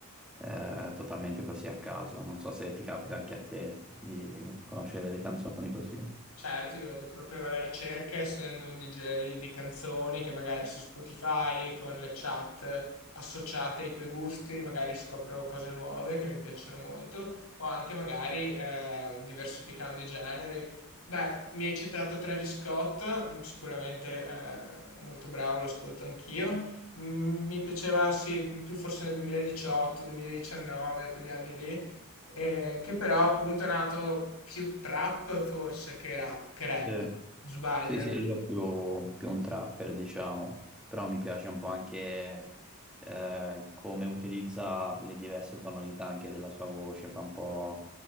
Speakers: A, in the centre; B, on the left (about 80°).
A: eh, totalmente così a caso, non so se ti capita anche a te di conoscere delle canzoni così.
B: Certo, io vado proprio alla ricerca, essendo un DJ di canzoni che magari su Spotify con le chat associate ai tuoi gusti, magari scopro cose nuove che mi piacciono molto, o anche magari eh, diversificando i generi. Beh, mi hai citato Travis Scott, mm, sicuramente eh, molto bravo, lo ascolto anch'io. Mm, Mi piaceva, sì, più forse nel 2018, 2019, quegli anni lì eh, che però appunto è nato più trap forse che rap, che rap.
A: Sì.
B: Non sbaglio.
A: Sì,
B: no?
A: sì, lui è più, più un trapper, diciamo, però mi piace un po' anche eh, come utilizza le diverse tonalità anche della sua voce, fa un po'